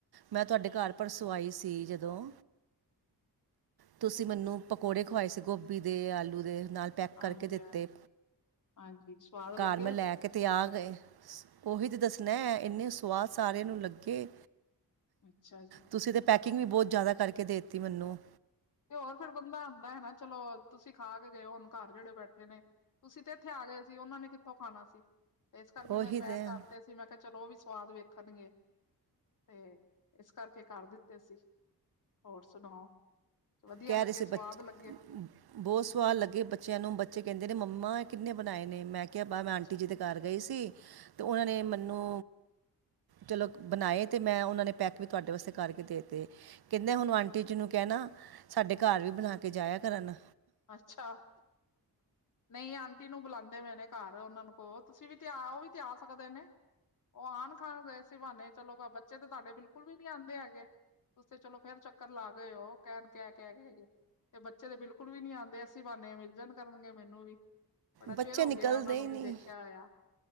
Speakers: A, on the right; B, on the left.
A: ਮੈਂ ਤੁਹਾਡੇ ਘਰ ਪਰਸੋਂ ਆਈ ਸੀ ਜਦੋਂ। ਤੁਸੀਂ ਮੈਨੂੰ ਪਕੌੜੇ ਖਵਾਏ ਸੀ ਗੋਭੀ ਦੇ, ਆਲੂ ਦੇ, ਨਾਲ ਪੈਕ
B: ਹਾਂਜੀ
A: ਕਰਕੇ ਦਿੱਤੇ
B: ਹਾਂਜੀ, ਹਾਂਜੀ। ਸਵਾਦ
A: ਘਰ
B: ਲੱਗੇ
A: ਮੈਂ ਲੈ ਕੇ ਤੇ ਆ ਗਏ ਓਹੀ ਤੇ ਦੱਸਣਾ ਐ ਇੰਨੇ ਸਵਾਦ ਸਾਰਿਆਂ ਨੂੰ ਲੱਗੇ।
B: ਅੱਛਾ ਜੀ
A: ਤੁਸੀਂ ਤੇ ਪੈਕਿੰਗ ਵੀ ਬਹੁਤ ਜ਼ਿਆਦਾ ਕਰਕੇ ਦੇ ਤੀ ਮੈਨੂੰ।
B: ਤੇ ਹੋਰ ਫੇਰ ਬੰਦਾ ਮੇ ਨਾ ਚਲੋ ਤੁਸੀਂ ਖਾ ਕੇ ਗਏ ਹੋ ਹੁਣ ਘਰ ਜਿਹੜੇ ਬੈਠੇ ਨੇ ਤੁਸੀਂ ਤੇ ਇੱਥੇ ਆ ਗਏ ਸੀ ਉਹਨਾਂ ਨੇ ਕਿਥੋਂ ਖਾਣਾ ਸੀ ਤੇ ਇਸ ਕਰਕੇ
A: ਉਹੀ
B: ਮੈਂ ਪੈਕ
A: ਤਾਂ
B: ਕਰ ਤੇ ਸੀ। ਮੈਂ ਕਿਹਾ ਚਲੋ ਉਹ ਵੀ ਸਵਾਦ ਵੇਖਣਗੇ। ਤੇ ਇਸ ਕਰਕੇ ਕਰ ਦਿੱਤੇ ਸੀ, ਹੋਰ ਸੁਣਾਓ? ਵਧੀਆ
A: ਕੈ
B: ਲੱਗੇ
A: ਰੀ ਸੀ
B: ਸਵਾਦ
A: ਬੱਚੇ
B: ਲੱਗੇ
A: ਹਮ- ਹਮ। ਬਹੁਤ ਸਵਾਦ ਲੱਗੇ ਬੱਚਿਆਂ ਨੂੰ ਬੱਚੇ ਕਹਿੰਦੇ ਨੇ ਮੰਮਾ ਇਹ ਕਿੰਨੇ ਬਣਾਏ ਨੇ ਮੈਂ ਕਿਹਾ ਬਾ ਮੈਂ
B: ਅੱਛਾ
A: ਆਂਟੀ ਜੀ ਦੇ ਘਰ ਗਈ ਸੀ ਤੇ ਉਹਨਾਂ ਨੇ ਮੈਨੂੰ ਚਲੋ ਕ ਬਣਾਏ ਤੇ ਮੈਂ ਉਹਨਾਂ ਨੇ ਪੈਕ ਵੀ ਤੁਹਾਡੇ ਵਸਤੇ ਕਰਕੇ ਦੇਤੇ। ਕਹਿੰਦੇ ਹੁਣ ਉਹ ਆਂਟੀ ਜੀ ਨੂੰ ਕਹਿਣਾ ਸਾਡੇ ਘਰ ਵੀ
B: ਅੱਛਾ
A: ਬਣਾ ਕੇ ਜਾਇਆ ਕਰਨ।
B: ਅੱਛਾ ਨਹੀਂ ਆਂਟੀ ਨੂੰ ਬੁਲਾਉਂਦੇ ਪਏ ਨੇ ਘਰ ਉਹਨਾਂ ਨੂੰ ਕੋ ਤੁਸੀਂ ਵੀ ਤੇ ਆ, ਉਹ ਵੀ ਤੇ ਆ ਸਕਦੇ ਨੇ। ਓਹ ਆਉਣ ਖਾ ਗਏ ਸੀ ਇਸੀ ਬਹਾਨੇ ਚਲੋ ਬੱਚੇ ਤੇ ਤੁਹਾਡੇ ਬਿਲਕੁਲ ਵੀ ਨੀ ਆਉਂਦੇ ਹੈਗੇ। ਤੂਸੀ ਤੇ ਚਲੋ ਫੇਰ ਚੱਕਰ ਲਾ ਗਏ ਹੋ ਕਹਿਣ ਕੈ ਤੇ ਬੱਚੇ ਦੇ ਬਿਲਕੁਲ ਵੀ ਨੀ ਆਉਂਦੇ ਐਸੀਂ ਬਾਨੇ ਮਿਲ ਜਾਣ ਕਰਨਗੇ ਮੈਨੂੰ ਵੀ। ਬੜਾ
A: ਬੱਚੇ
B: ਚਿਰ ਹੋ
A: ਨਿਕਲਦੇ
B: ਗਿਆ ਉਹਨਾਂ ਨੂੰ
A: ਹੀ ਨਹੀਂ
B: ਵੀ ਦੇਖਿਆ ਹੋਇਆ।